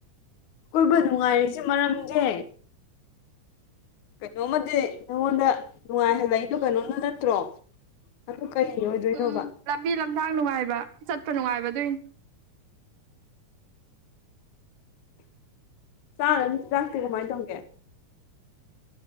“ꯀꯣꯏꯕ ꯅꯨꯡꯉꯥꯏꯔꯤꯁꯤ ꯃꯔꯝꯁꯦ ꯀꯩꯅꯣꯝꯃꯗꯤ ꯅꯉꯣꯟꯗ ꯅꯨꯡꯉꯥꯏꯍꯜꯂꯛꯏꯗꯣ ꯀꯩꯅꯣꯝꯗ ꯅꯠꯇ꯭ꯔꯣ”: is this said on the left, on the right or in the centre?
Left